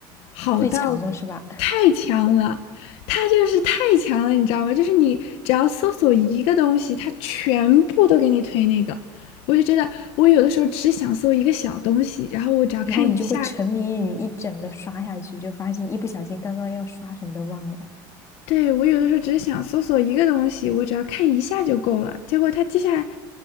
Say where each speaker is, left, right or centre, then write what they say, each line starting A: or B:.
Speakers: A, on the left; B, on the left.
A: 好到
B: 最强了是吧？
A: 太强了，它就是太强了，你知道吗？就是你只要搜索一个东西，它全部都给你推那个。我就觉得我有的时候只想搜一个小东西，然后我只要看一下，
B: 然后你就会沉迷于一整个刷下去，就发现一不小心刚刚要刷什么都忘了。
A: 对，我有的时候只是想搜索一个东西，我只要看一下就够了。结果它接下来